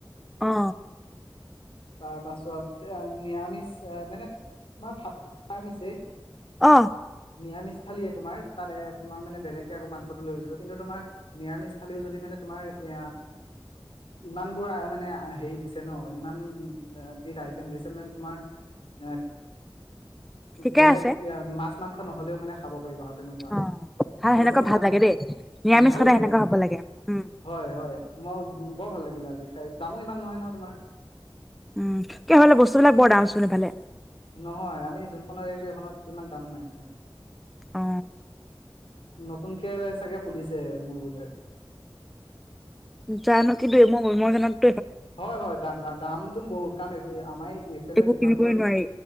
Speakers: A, in the centre; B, on the left (about 85°).
A: অ
B: তাৰ পাছত নিৰামিষ আহ মানে তোমাৰ ভাত মিছে
A: অ
B: নিৰামিষ থালিয়ে তোমাৰ তাত এ তোমাৰ মানে বেলেগ আকৌ মাংসটো লৈ গৈছিলো কিন্তু তোমাৰ নিৰামিষ থালিও যদি মানে তোমাৰ এ ইমান বোৰ মানে হেৰি দিছে ন ইমান বিধ আইটেম দিছে মানে তোমাৰ এ
A: ঠিকে
B: বেলেগ
A: আছে
B: মাছ মাংস নহ'লেও মানে খাব পাৰিবা আৰু তেনেকুৱা
A: অ
B: হোটেলখনো
A: সেনেকুৱা
B: ভাল
A: লাগে দেই নিৰামিষ
B: ভাল
A: সদায়
B: লাগে
A: সেনেকুৱা হ'ব লাগে উম
B: হয় হয় মই বৰ ভাল লাগিলে আজি খাই দামো ইমান নহয় নহয় তোমাৰ
A: উম কি হলে বস্তুবিলাক বৰ দাম চোন এইফালে
B: নহয় আমি যোনখনত আহিছো সেইখনত ইমান দাম নাই হয়
A: অ
B: নতুনকে চাগে খুলিছে মোৰ বোধয়
A: জানো কিন্তু মই সোমোৱাখনত
B: হয় হয় দ দামটোন বহুত কাৰণ আমাৰ এইফালে
A: একো
B: যিমানবোৰ
A: কিনিবই নোৱাৰি